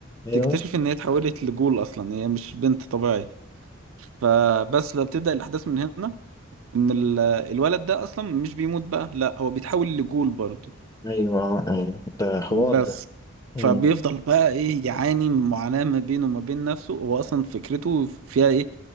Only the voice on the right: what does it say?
تكتشف ان هي اتحولت لجول اصلا هي مش بنت طبيعيه فبس بقى بتبدأ الأحداث من هنا ان ال- الولد ده اصلا مش بيموت بقى لا هو بيتحول لجول برضه
بس
فبيفضل بقى ايه يعاني من معاناة ما بينه وما بين نفسه هو اصلا فكرته فيها ايه